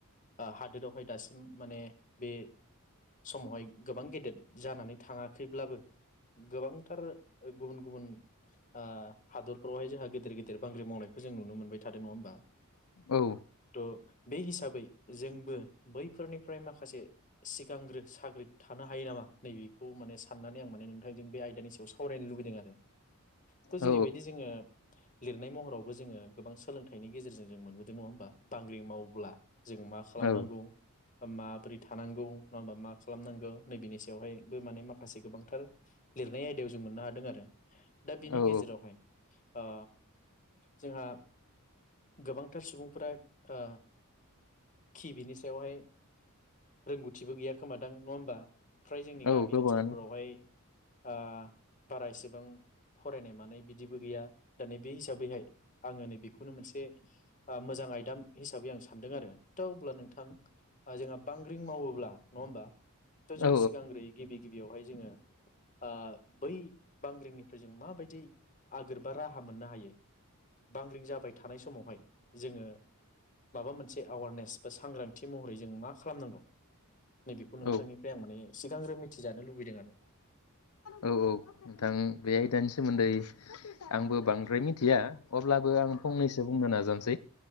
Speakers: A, on the left; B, on the left.
A: ओ हादोरावहाय दासिम उम माने बे समावहाय गोबां गेदेर जानानै थाङाखैब्लाबो गोबांथार गुबुन-गुबुन ओ हादरफ्रावहाय जोंहा गेदेर-गेदेर बांग्रि मावनायखौ जों नुनो मोनबाय थादों नङा होनबा।
B: औ
A: थ' हिसाबै जोंबो बै फोरनिफ्राय माखासे सिगांग्रो साग्रिद थानो हायो नामा नै बेखौ माने साननानै आं माने नोंथांजों बे आयदानि सो सावरायनो लुबैदों आरो। थ जेरैबायदि
B: औ
A: जोङो लिरनाय महरावबो जोङो गोबां सोलोंथाइनि गेजेरजों जों मोनबोदों नङा होमबा बांग्रि माव अब्ला जों मा खालामनांगौ
B: औ
A: बा माबोरै थानांगौ नङाहोनबा मा खालामनांगौ नै बेनि सायावहायबो माने माखासे गोबांथार लिरनाय आयदायाव जों मोननो हादों आरो। दा बिनि
B: औ
A: गेजेरावहाय ओ जोंहा गोबांथार सुबुंफोरा ओ खि बिनि सायावहाय रोंगौथिबो गैया खोमा दां नङा होनबा? फ्राय जोंनि गामि
B: औ गोबाङानो
A: ओनसोलफोरावहाय ओ बारा एसेबां फरायनाय मानाय बिदिबो गैया दा नै बे हिसाबैहाय आङो नै बेखौनो मोनसे ओ मोजां आइदाम हिसाबै आं सा दों आरो दा अब्ला नों थां जोंहा बांग्रिं मावोब्ला नङा होनबा? थ जों
B: औ
A: सिगांग्रोयै गिबि गिबियावहाय जोङो ओ बै बांग्रिंनिफ्राय जों माबायदि आगोर बा राहा मोननो हायो बांग्रिं जाबाय थानाय समावहाय जोङो माबा मोनसे एवारनेस बा सांग्रांथि महरै जों मा खालामनांगौ? नै बेखौ नोंथांनिफ्राय
B: औ
A: आं माने सिगांग्रो मिथिजानो लुबैदों आरो।
B: औ औ नोंथां बे आयदानि सोमोन्दै आंबो बांद्राय मिथिया अब्लाबो आं फंनैसो बुंनो नाजानोसै